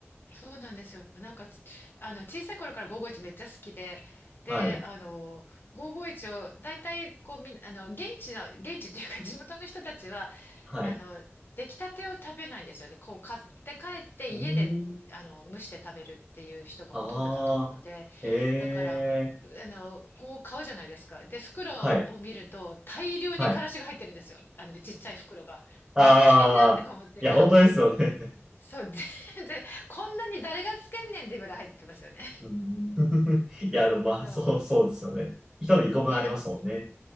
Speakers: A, on the left (about 50°); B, on the right (about 15°).
A: そうなんですよ。なんかち、あの、小さい頃から551めっちゃ好きで、で、
B: はい。
A: あの、551を、大体、こう、みん、あの、現地の、現地っていうか、地元の人たちは、
B: はい。
A: あの、出来たてを食べないんですよね。こう買って帰って家であの蒸して食べるっていう人がほとんどだと思うので、
B: うーん。ああ、ええ
A: だからあのこう買うじゃないですか。で、袋を見ると大量にからしが入ってるんですよ。
B: はい。はい。
A: あのちっちゃい袋が。
B: ああ、
A: もったいなってか思って。
B: いや、本当ですよね。
A: そう、全然こんなに誰がつけんねんってぐらい入ってますよね。
B: <laughs> うん、<laughs> いや、でもまあ、
A: そう。
B: そう、そうですよね。一人一個分ありますもんね。
A: いや、でも